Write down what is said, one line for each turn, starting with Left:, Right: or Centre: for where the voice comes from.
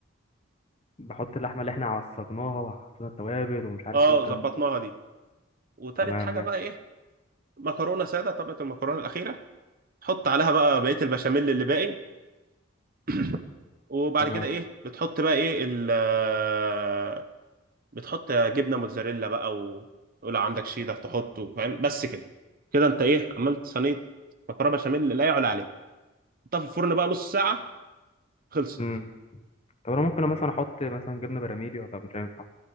Left: بحط اللحمة اللي احنا عصجناها وحطينا التوابل ومش عارف
Right: اه
Left: ايه والكلام
Right: ظبطناها
Left: ده كله
Right: دي وتالت
Left: تمام
Right: حاجة
Left: ماشي
Right: بقى ايه مكرونة سادة طبقة المكرونة الأخيرة تحط عليها بقى بقية البشاميل اللي باقي <clears throat> وبعد
Left: تمام
Right: كده ايه بتحط بقى ايه ال- آه، بتحط جبنه موتزاريلا بقى وتقول عندك شيدر تحطه فاهم بس كده كده انت ايه عملت صينيه مكرونه بشاميل لا يعلى عليها حطها في الفرن بقى نص ساعه خلصت
Left: امم طب انا ممكن مثلا احط مثلا جبنة براميلي ولا طب مش هينفع